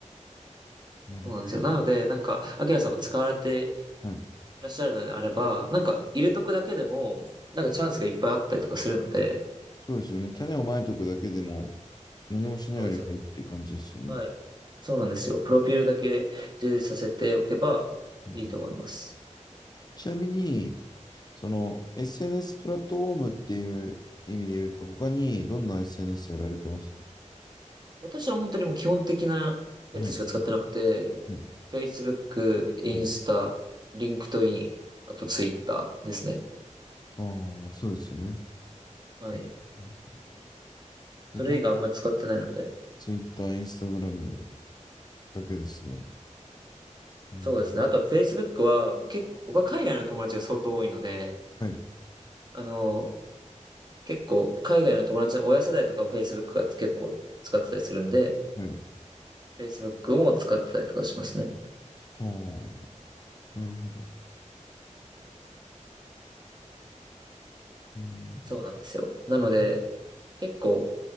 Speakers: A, on the left (about 30°); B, on the right (about 35°).
A: うん。なるほど。
B: そうなんですよ。なので、なんか、アキラさんも使われて
A: はい。
B: いらっしゃるのであれば、なんか、入れとくだけでも、なんかチャンスがいっぱいあったりとかするので、
A: そうですよね。種をまいておくだけでも何もしないよりもいいっていう感じですよね。
B: そうですよ。はい。そうなんですよ。プロフィールだけ充実させておけばいいと思います。
A: うんうんちなみに、その SNS プラットフォームっていう意味で言うと、他にどんな SNS やられてますか
B: 私は本当にもう基本的なやつしか使ってなくて、
A: はい。はい。
B: Facebook、インスタ、
A: はい
B: LinkedIn、あと Twitter ですね。
A: ああ、そうですよね。
B: はい。
A: うん僕は
B: それ以外あんまり使ってないので。
A: Twitter、Instagram だけですね。うん。
B: そうですね。あとは Facebook は、もう結構、僕は海外の友達が相当多いので、
A: はい。
B: あの、結構、海外の友達の親世代とかを Facebook が結構使ってたりするんで、
A: はい。
B: Facebook も使ってたりとかしますね。
A: はあ、なるほど。うん
B: そうなんですよ。なので、結構、